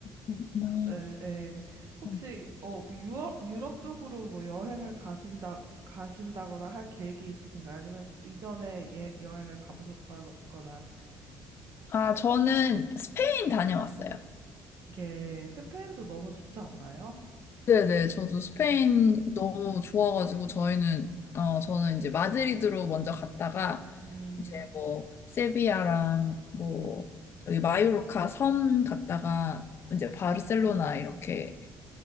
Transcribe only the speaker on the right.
네, 네. 혹시
어뭐 유럽 유럽 쪽으로 뭐 여행을 가신다 가신다거나 할 계획이 있으신가요? 아니면 이전에 예, 여행을 가보셨다거나
이게 스페인도 너무 좋지 않나요?
음.
음,
음,